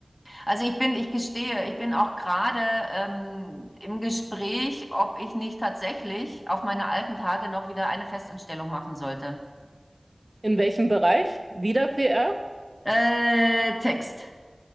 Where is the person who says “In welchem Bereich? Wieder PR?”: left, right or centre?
Right